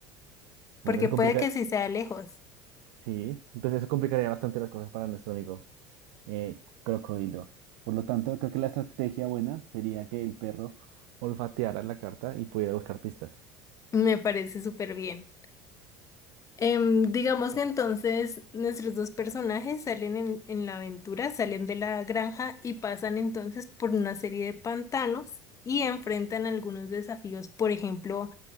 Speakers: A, on the left; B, on the right.
A: porque
B: Bueno, eso
A: puede
B: complica,
A: que sí sea lejos.
B: sí, entonces eso complicaría bastante las cosas para nuestro amigo eh, crocodilo. Por lo tanto, creo que la estrategia buena sería que el perro olfateara la carta y pudiera buscar pistas.
A: Me parece súper bien. Em, digamos que entonces nuestros dos personajes salen en, en la aventura, salen de la granja y pasan entonces por una serie de pantanos y enfrentan algunos desafíos, por ejemplo,